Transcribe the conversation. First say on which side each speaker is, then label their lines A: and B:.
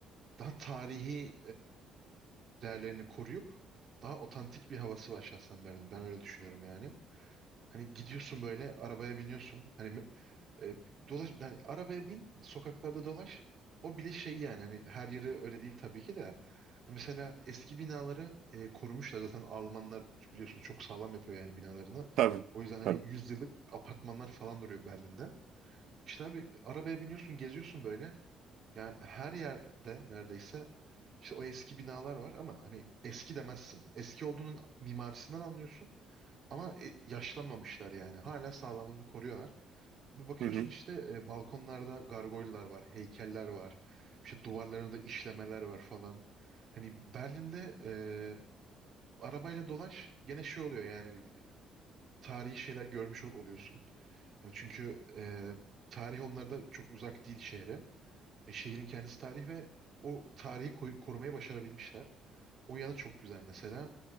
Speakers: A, on the right; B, on the right.
A: daha tarihi değerlerini koruyup daha otantik bir havası var şahsen Berlin'in. Ben öyle düşünüyorum yani. Hani gidiyorsun böyle arabaya biniyorsun. Hani e, dolaş yani arabaya bin, sokaklarda dolaş. O bile şey yani hani her yeri öyle değil tabii ki de. Ha, Mesela eski binaları e, korumuşlar zaten Almanlar biliyorsun çok sağlam yapıyor yani binalarını.
B: Tabii.
A: O yüzden hani
B: Tabii.
A: yüzyıllık apartmanlar falan duruyor Berlin'de. İşte abi arabaya biniyorsun, geziyorsun böyle. Yani her yerde neredeyse işte o eski binalar var ama hani eski demezsin. Eski olduğunun mimarisinden anlıyorsun ama e, yaşlanmamışlar yani. Hala sağlamlığını koruyorlar. Bir bakıyorsun
B: Hı hı.
A: işte e, balkonlarda gargoylar var, heykeller var. İşte duvarlarında işlemeler var falan. Hani Berlin'de e, arabayla dolaş gene şey oluyor yani e, tarihi şeyler görmüş ol- oluyorsun. Hani çünkü e, tarih onlarda çok uzak değil şehre. E, şehrin kendisi tarih ve o tarihi koy- korumayı başarabilmişler. O yanı çok güzel mesela.